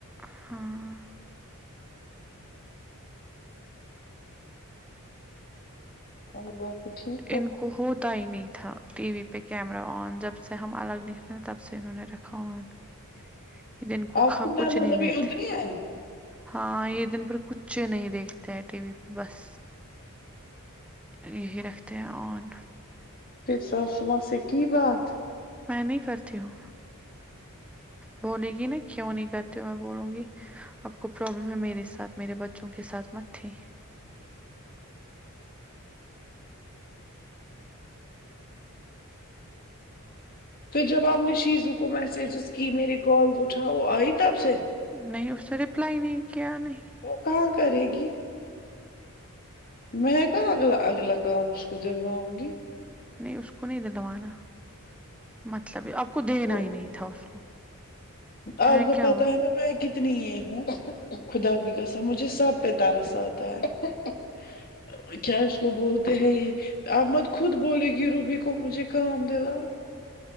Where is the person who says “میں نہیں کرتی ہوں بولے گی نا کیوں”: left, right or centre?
Centre